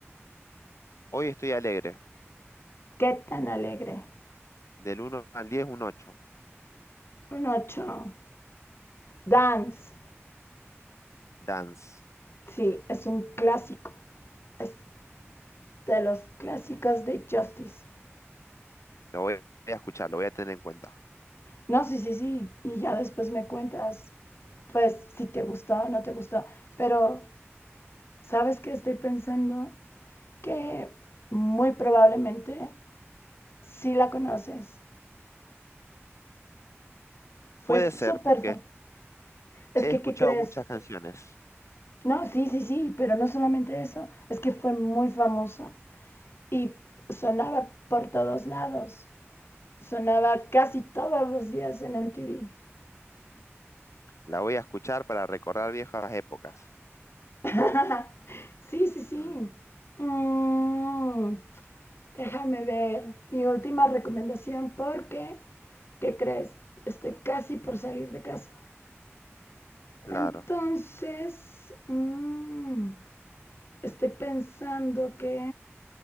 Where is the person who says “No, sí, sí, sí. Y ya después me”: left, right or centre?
Left